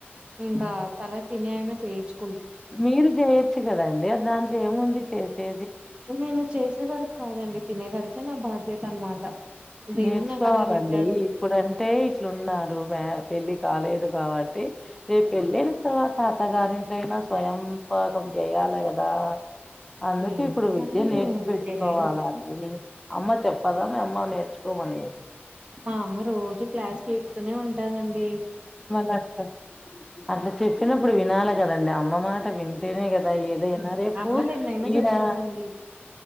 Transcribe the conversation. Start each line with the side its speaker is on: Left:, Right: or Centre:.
Right: ఇంకా తల తిని అయినా చేయొచ్చు
Centre: మీరు చేయొచ్చు కదండి అ దాంట్లో ఏముంది చేస్తే
Right: నేను చేసే వరకు కాదండి తినే వరకే నా బాధ్యత అనమాట దేవుడు
Centre: నేర్చుకోవాలండి
Right: నాకు అలా పెట్టాడు
Centre: ఇప్పుడంటే ఇట్లున్నారు మా పెళ్ళి కాలేదు కాబట్టి రేపు పెళ్లయిన తర్వాత అత్తగారింట్లో అయిన స్వయంపాకం చేయ యాల కదా అందుకు
Right: ఏం
Centre: ఇప్పుడు
Right: లేదండి
Centre: విద్య నేర్చి
Right: నేనేం
Centre: పెట్టుకోవాలండి
Right: చేయలేను
Centre: అమ్మ చెప్పదా మీ అమ్మ నేర్చుకో మని
Right: మా అమ్మ రోజు క్లాస్ పీకుతూనే ఉంటాదండి
Centre: మళ్ళ అట్ అట్లా చెప్పినప్పుడు వినాలి కదండి అమ్మ మాట వింటేనే కదా ఏదైనా
Right: హ్మ్.
Centre: రేపూ
Right: అమ్మలు ఎన్నైనా
Centre: ఈడా
Right: చెప్తారండి